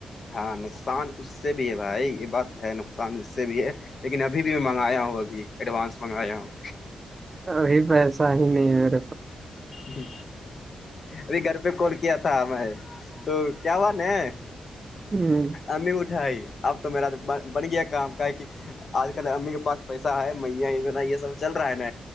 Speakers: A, on the left; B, on the right.
A: ہاں نقصان اس سے بھی ہے بھائی یہ بات ہے نقصان اس سے بھی ہے لیکن ابھی بھی میں منگایا ہوں ابھی ایڈوانس منگایا ہوں
B: ابھی پیسا ہی نہیں ار
A: جی ارے گھر پہ کال کیا تھا میں تو کیا ہوا ن
B: ہوں
A: امی اٹھاائی اب تو میرا بن گیا کام کا ہے کہ آج کل امی کے پاس پیسہ ہے میاں انا یہ سب چل رہا ہے نا